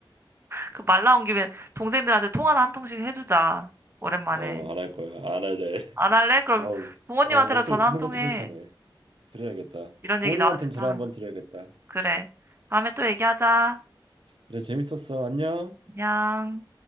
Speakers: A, on the right (about 30°); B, on the right (about 80°).
A: 그 말 나온 김에 동생들한테 통화나 한 통씩 해주자. 오랜만에.
B: 어, 안 할 거야. 안 할래. <laughs>
A: 안 할래? 그럼
B: 아우,
A: 부모님한테라도
B: 아, 목소리
A: 전화
B: 듣는
A: 한 통
B: 것도
A: 해.
B: 불편해. 그래야겠다.
A: 이런
B: 부모님한텐
A: 얘기 나왔을
B: 전화
A: 때 하는
B: 한번
A: 거지.
B: 드려야겠다.
A: 그래. 다음에 또
B: 음.
A: 얘기하자.
B: 그래, 재밌었어. 안녕.
A: 안녕.